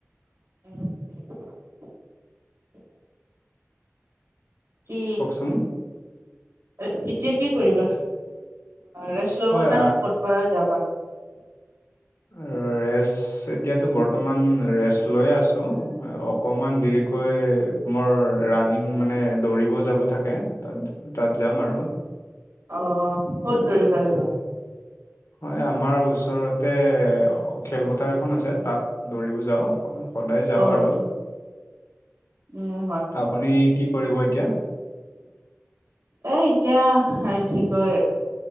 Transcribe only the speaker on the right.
উম। কি
এতিয়া কি কি কৰিবা ৰেষ্ট লবা
নে কৰবাত যাবা?
অ' কত দৰিব আহিবা?
অ
উম
অহ এইতিয়া হে কি কৈ